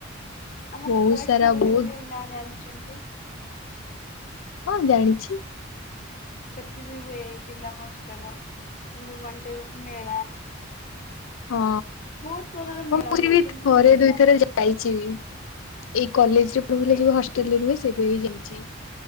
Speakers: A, on the left; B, on the left.
A: ଆମ
B: ବହୁତ
A: କୁଆଖିଆ
B: ସାରା
A: ବୋଲି
B: ବହୁତ
A: ଗୋଟେ ନାଁ ଜାଣିଛନ୍ତି?
B: ହଁ ଜାଣିଛି।
A: ସେଠି ବି ହୁଏ ଜିଲ୍ଲା ମହୋତ୍ସବ କିନ୍ତୁ ୱାନ ଟାଇପ୍ ଅଫ୍ ମେଳା।
B: ହଁ
A: ବହୁତ ପ୍ରକାର ମେଳା
B: ମୁଁ
A: ହୁଏ
B: ବି
A: କିନ୍ତୁ
B: ଥରେ
A: ସେଇଟା
B: ଦୁଇଥରେ ଯା ଯାଇଛି ବି ଏଇ କଲେଜରେ ପତ୍ରଥିଲି
A: ମେ
B: ଯୋଉ ହଷ୍ଟେଲରେ ରୁହେ ସେ ଦେଇ ଯାଇଛି।